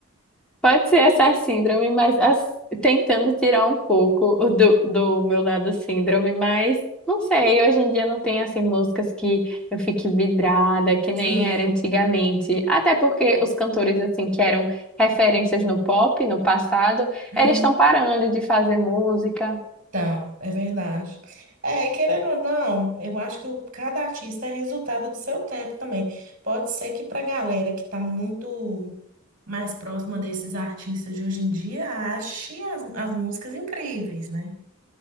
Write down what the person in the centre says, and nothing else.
Pode ser essa síndrome, mas as- tentando tirar um pouco o do, do meu lado síndrome, mas não sei, hoje em dia não tem assim músicas que eu fique vidrada, que nem
era antigamente. Até porque os cantores assim que eram referências no pop no passado,
eles estão parando de fazer música.